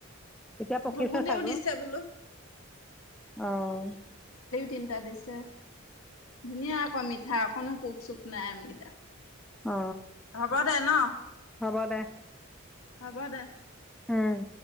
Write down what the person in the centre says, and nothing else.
এতিয়া পকিছে
চাগে
আহ
অ
হ'ব দে
হম